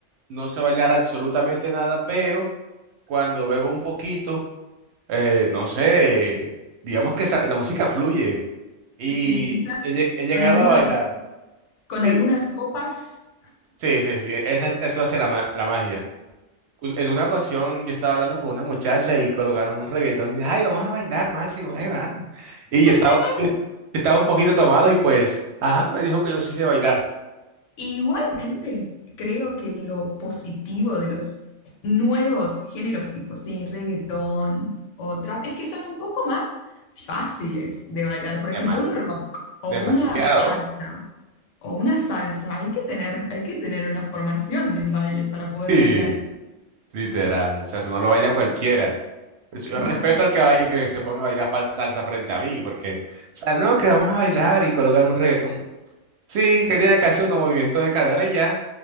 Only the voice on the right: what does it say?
no sé bailar absolutamente nada, pero cuando bebo un poquito, eh, no sé, digamos que esa- la música fluye y
he, lle- he llegado
a bailar.
Sí,
sí, sí, sí, esa- eso hace la, ma- la magia. Un- En una ocasión yo estaba hablando con una muchacha y colocaron un reggaetón y dije, ay, vamos a bailar, Máximo, ahí va. Y
yo estaba,
Estaba un poquito tomado y pues, ajá, me dijo que yo sí sé bailar.
De
demasiado.
Sí,
literal. O sea, eso no lo baila cualquiera. Por eso
yo respeto al que, ba- el que se ponga a bailar fal- salsa frente a mí, porque, o sea, no, que vamos a bailar y colocar un reggaetón. Sí, que tiene que hacer un movimiento de cadera y ya.